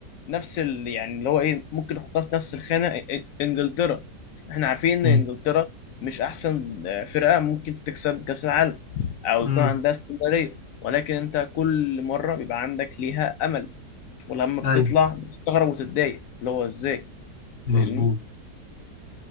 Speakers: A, on the left (about 70°); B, on the left (about 50°).
A: نفس ال... يعني اللي هو ايه ممكن نحطها في نفس الخانه إ- إ- انجلترا احنا عارفين ان
B: امم
A: انجلترا مش احسن آه، فرقه ممكن تكسب كاس العالم او
B: امم
A: يكون عندها استمراريه ولكن انت كل مره بيبقى عندك ليها امل ولما بتطلع
B: ايوه
A: بتستغرب وتتضايق اللي هو ازاي
B: مظبوط
A: فاهمني